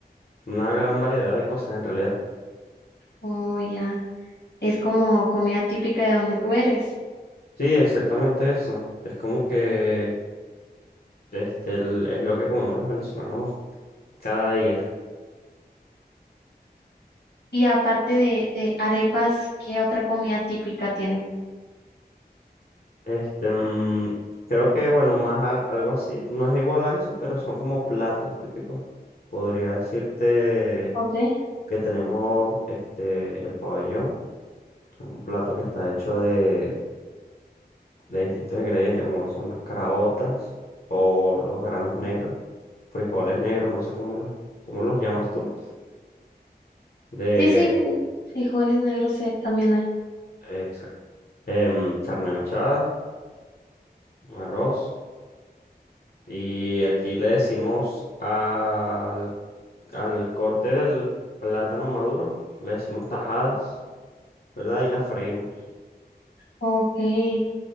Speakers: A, on the left; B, on the left.
A: una gran variedad de cosas en realidad.
B: Oh, ya, es como comida típica de donde tú eres.
A: Sí, exactamente eso. Es como que este, el- es lo que comemos los venezolanos cada día.
B: Y aparte de, de arepas, ¿qué otra comida típica tienen?
A: Este, mm, creo que, bueno, más al- algo así, no es igual a eso, pero son como platos típicos. Podría decirte
B: Okay.
A: que tenemos este, el pabellón, que es un plato que está hecho de, de distintos ingredientes, como lo son las caraotas o los granos negros, frijoles negros, no sé cómo los, cómo los llamas tú, de,
B: Sí, sí, frijoles negros eh, también hay.
A: exacto, Em, carne mechada, arroz, y aquí le decimos al Al corte del plátano maduro le decimos tajadas, ¿verdad? Y las freímos.
B: Okay.